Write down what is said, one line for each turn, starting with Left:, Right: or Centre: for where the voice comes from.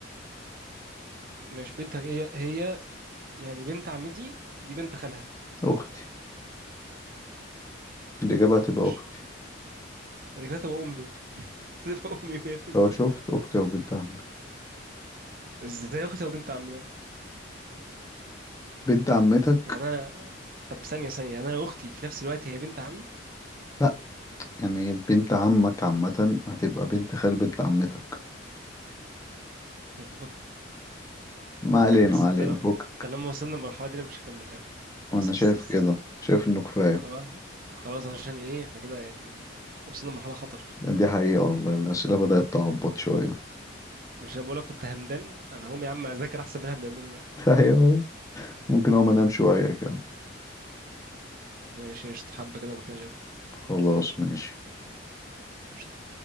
Right: ماشي بنت هي هي يعني بنت عمتي دي بنت خالها
Left: اختي الاجابة هتبقى
Right: ماشي
Left: اختي
Right: انا كده تبقى امي <laughs> تبقى امي 100%
Left: لو شفت اختي او بنت عمك
Right: ازاي اختي تبقى بنت عمي بقى؟
Left: بنت عمتك
Right: يعني انا طب ثانيه ثانيه يعني انا اختي في نفس الوقت هي بنت عمي
Left: لا يعني بنت عمك عامة هتبقى بنت خال بنت عمتك
Right: طب <laughs>
Left: ما علينا
Right: بس
Left: ما
Right: طالما
Left: علينا فوق
Right: طالما وصلنا للمرحله دي انا مش هكمل لعب
Left: وانا
Right: بس
Left: شايف
Right: بس بس
Left: كده شايف انه كفاية
Right: خلاص خلاص عشان ايه احنا كده يعني وصلنا لمرحله خطر
Left: دي حقيقة والله الأسئلة بدأت تعبط شوية <laughs>
Right: مش انا بقولك كنت همدان انا هقوم يا عم اذاكر احسن من اللي احنا بنعمله ده
Left: ايوه ممكن اقوم انام شوية كده
Right: ماشي قشطة حبة كده بكلم
Left: خلاص ماشي
Right: قشطة